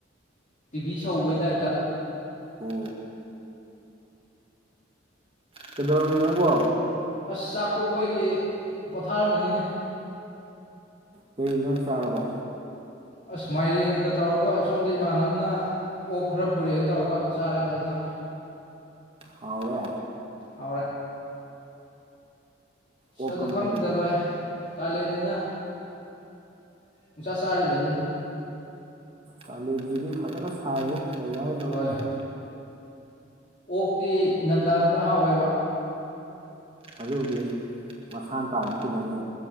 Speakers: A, on the left; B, on the right.
A: ꯇꯤꯚꯤ ꯁꯧꯕꯩ ꯇꯥꯏꯞꯇ
B: ꯑꯣ ꯀꯩꯗꯧꯔꯃꯤꯅꯣ ꯅꯪꯕꯣ
A: ꯑꯁ ꯆꯥꯛ ꯇꯣꯛꯄꯒꯤ ꯄꯣꯊꯥꯔꯝꯃꯤꯅꯤꯅꯦ
B: ꯀꯩ ꯏꯅꯖꯥꯡ ꯆꯥꯔꯕ
A: ꯑꯁ ꯃꯥꯏꯔꯦꯟꯒ ꯇꯧꯔꯒ ꯁꯣꯝꯗ ꯏꯃꯥꯟꯅꯕꯅ ꯑꯣꯛ ꯈꯔ ꯔꯦꯅ ꯇꯧꯔꯒ ꯆꯥꯔꯦ ꯐꯖꯅ
B: ꯍꯥꯎꯔꯦ
A: ꯍꯥꯎꯔꯦ
B: ꯑꯣꯛꯀ
A: ꯑꯗꯨ ꯈꯪꯗꯦꯗ
B: ꯃꯥꯏꯔꯦꯟ
A: ꯚꯥꯏ ꯀꯥꯂꯦꯟꯅꯤꯅ ꯅꯨꯡꯆꯥ ꯆꯥꯔꯤꯕ ꯑꯗꯨꯅꯤ
B: ꯀꯂꯦꯜꯁꯤꯗꯤ ꯐꯖꯅ ꯁꯥꯏ ꯍꯦ ꯀꯔꯤ ꯍꯥꯏꯅꯣ
A: ꯍꯣꯏ
B: <unintelligible>
A: ꯑꯣꯛꯇꯤ ꯏꯊꯝꯊꯥꯗꯅ ꯍꯥꯎꯋꯦꯕ
B: ꯑꯗꯨꯗꯤ ꯃꯁꯥꯅ ꯇꯥꯕꯅꯤ ꯀꯩꯅꯣꯅꯦ